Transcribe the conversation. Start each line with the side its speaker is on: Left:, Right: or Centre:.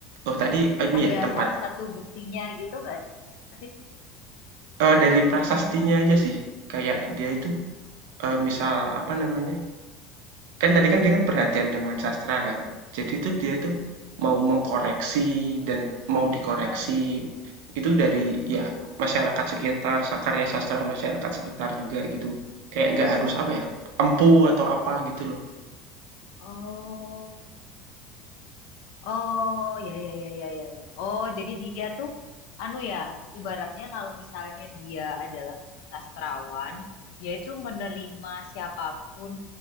Right: oh tadi eh, ini
Left: Ada
Right: ya tempat,
Left: salah satu buktinya gitu nggak sih?
Right: eee, dari prasastinya
Left: Mm, mm.
Right: aja sih. Kayak dia itu, eee, misal apa namanya, Kan tadi kan dia kan perhatian dengan sastra kan. Jadi tuh dia tuh mau mengkoreksi dan mau dikoreksi
Left: Heeh.
Right: itu dari ya masyarakat sekitar, sa karya sastra masyarakat sekitar juga gitu. Kayak nggak harus apa ya, empu atau apa gitu loh.
Left: Oh, oh ya ya ya ya ya ya. Oh jadi dia tuh anu ya, ibaratnya kalau misalnya dia adalah sastrawan, dia itu menerima siapapun